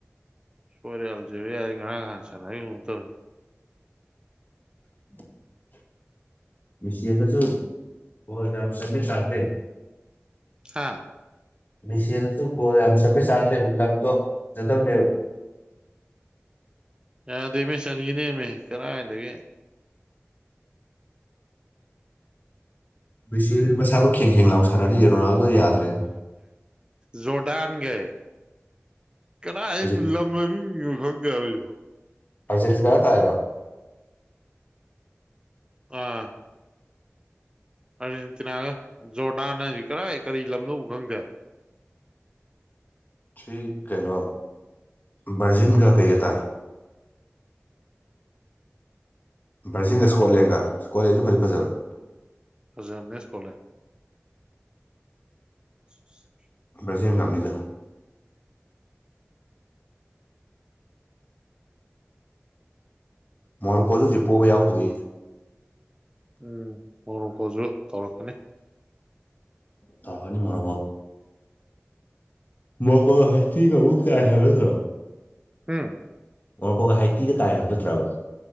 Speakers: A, on the right; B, on the left.
A: ꯁꯣꯏꯔꯦ ꯑꯜꯖꯤꯕꯤꯌꯥꯗꯤ ꯉꯔꯥꯡ ꯅꯍꯥꯟ ꯁꯥꯟꯅꯈꯤꯕꯔꯥ ꯀꯩꯅꯣꯝ ꯇꯧꯕꯅꯦ
B: <inaudible> ꯃꯤꯆꯦꯜꯗ ꯁꯨ ꯒꯣꯜ ꯌꯥꯝ ꯆꯟꯕꯩ ꯆꯥꯟꯁ ꯂꯩ
A: ꯍꯥꯥ
B: ꯃꯦꯁꯤ ꯍꯟꯗꯛꯁꯨ ꯒꯣꯜ ꯌꯥꯝ ꯆꯟꯕꯩ ꯆꯥꯟꯁ ꯂꯩꯕ ꯂꯥꯝꯗꯣ ꯐꯖꯗꯕꯅꯦꯕ
A: ꯌꯥꯗꯃꯤ ꯆꯥꯟꯒꯤꯅꯦꯃꯤ ꯀꯗꯥꯏꯗꯒꯤ
B: ꯃꯦꯁꯤꯗꯨꯗꯤꯒ ꯃꯁꯥꯗꯣ ꯀꯦꯡ ꯀꯦꯡ ꯂꯥꯎꯏ ꯐꯗꯥꯗꯤ ꯔꯣꯅꯥꯜꯗꯣ ꯌꯥꯗ꯭ꯔꯦ
A: ꯖꯣꯔꯗꯥꯥꯟꯒꯦ ꯀꯗꯥꯏ
B: ꯍꯧꯖꯤꯛ
A: ꯂꯝ ꯃꯃꯤꯡꯅꯣ ꯈꯪꯗꯦ ꯍꯥꯏꯕꯖꯤꯕꯣ
B: ꯑꯥꯔꯖꯦꯟꯇꯤꯅꯒ ꯇꯥꯏꯔꯣ
A: ꯑꯥ ꯑꯥꯔꯖꯦꯟꯇꯤꯅꯥꯒ ꯖꯣꯔꯗꯥꯟ ꯍꯥꯏꯁꯤ ꯀꯔꯥꯏ ꯀꯔꯤ ꯂꯝꯅꯣꯕꯨ ꯈꯪꯗꯦ ꯍꯥꯏꯕ
B: ꯇꯔꯤ ꯀꯩꯅꯣ ꯕꯔꯖꯤꯟꯒ ꯀꯩꯒ ꯇꯥꯏ ꯕꯔꯖꯤꯟꯒ ꯁ꯭ꯀꯣꯠꯂꯦꯟꯒ ꯁ꯭ꯀꯣꯠꯂꯦꯟꯁꯨ ꯐꯗꯤ ꯐꯖꯕꯅꯤ
A: ꯍꯧꯖꯤꯛ ꯂꯩꯔꯝꯅꯤ ꯁꯀꯣꯠꯂꯦꯟ <unintelligible>
B: ꯕ꯭ꯔꯥꯖꯤꯟꯅ ꯉꯝꯅꯤꯗ ꯃꯣꯔꯣꯀꯣꯗꯣ ꯍꯧꯖꯤꯛ ꯄꯣꯕꯥ ꯌꯥꯎꯗ꯭ꯔꯤ
A: ꯎꯝ ꯃꯣꯔꯣꯀꯣꯖꯨ ꯇꯧꯔꯛꯀꯅꯤ
B: ꯇꯧꯔꯛꯀꯥꯅꯤ ꯃꯣꯔꯣꯀꯣ ꯃꯣꯔꯣꯀꯣ ꯍꯥꯏꯇꯤꯒ ꯑꯃꯨꯛ ꯇꯥꯏ ꯍꯥꯏꯕ ꯅꯠꯇ꯭ꯔꯣ
A: ꯍꯨꯝ
B: ꯃꯣꯔꯣꯀꯣꯒ ꯍꯥꯏꯇꯤꯒ ꯇꯥꯏ ꯍꯥꯏꯕ ꯅꯠꯇ꯭ꯔꯕ